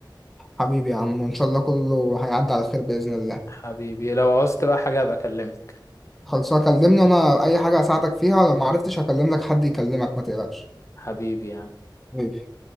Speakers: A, in the centre; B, on the left.
A: حبيبي يا عم وان شاء الله كله هيعدي على خير باذن الله
B: حبيبي لو عوزت بقى حاجة هبقى اكلمك
A: خلصها كلمني انا اي حاجه اساعدك فيها لو ما عرفتش هكلم لك حد يكلمك ما تقلقش
B: حبيبي يا عم
A: حبيبي